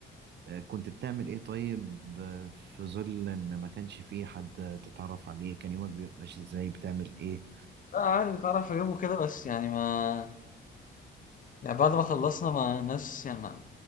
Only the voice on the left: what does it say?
لا عادي بتعرف اجيبه كده بس يعني ما يعني بعد ما خلصنا مع ناس يعني ما,